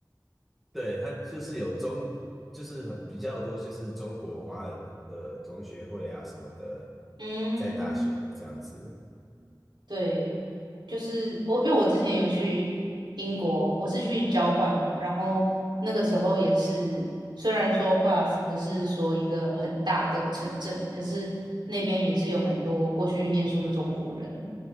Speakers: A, in the centre; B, on the right.
A: 对，他就是有中，就是很比较多，就是中国华人的同学会啊什么的，
B: 嗯。
A: 在大学这样子。
B: 对，就是我，因为我之前有去英国，我是去交换嘛，然后那个时候也是，虽然说 Bath 不是说一个很大的城镇，可是那边也是有蛮多过去念书的中国人，